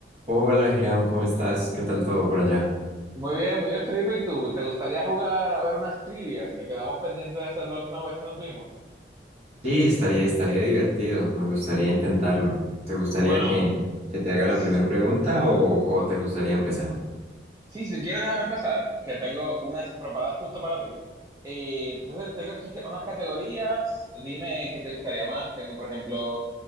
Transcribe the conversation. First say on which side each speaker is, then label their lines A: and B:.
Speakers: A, on the right (about 35°); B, on the right (about 20°).
A: Hola, Hiram, ¿cómo estás? ¿Qué tal todo por allá?
B: Muy bien, muy bien, Felipe. ¿Y tú? ¿Te gustaría jugar a ver unas trivias que quedamos pendientes de hacer la última vez que nos vimos?
A: Sí, estaría, estaría divertido. Me gustaría intentarlo. ¿Te gustaría
B: Bueno,
A: que, que te haga la
B: Sí,
A: primera pregunta o, o te gustaría empezar?
B: sí, si quieres, déjame empezar, que tengo unas preparadas justo para ti. Eh, entonces, tengo aquí que- unas categorías. Dime qué te gustaría más. Tengo, por ejemplo,